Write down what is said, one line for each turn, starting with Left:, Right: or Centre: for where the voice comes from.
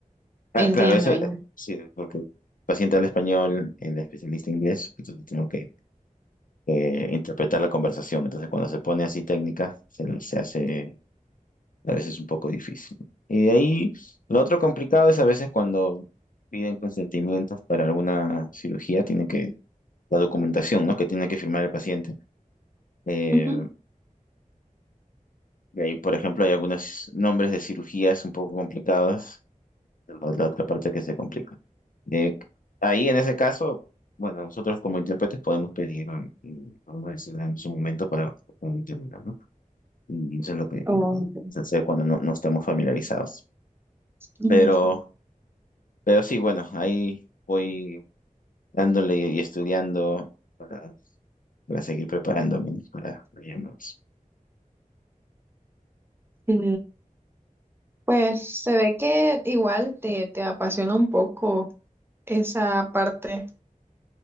Left: Ah,
Right: Entiendo,
Left: claro, eso, eh,
Right: ya.
Left: sí, porque el paciente habla español, el especialista inglés, entonces tengo que eh, interpretar la conversación, entonces cuando se pone así técnica, se, se hace a veces es un poco difícil. Y de ahí, lo otro complicado es a veces cuando piden consentimientos para alguna cirugía, tiene que, la documentación, ¿no? Que tiene que firmar el paciente. Eh,
Right: Ujú.
Left: y ahí, por ejemplo, hay algunos nombres de cirugías un poco complicados, la, la otra parte que se complica. Eh, ahí, en ese caso, bueno, nosotros como intérpretes podemos pedir, mm, y podemos decirle en su momento para un término, ¿no? Y eso es lo que,
Right: Oh,
Left: lo que se hace cuando no, no estamos familiarizados.
Right: Ujú,
Left: Pero Pero sí, bueno, ahí voy dándole y estudiando para, para seguir preparándome ¿no? para los llamados.
Right: Sí, pues se ve que igual te, te apasiona un poco esa parte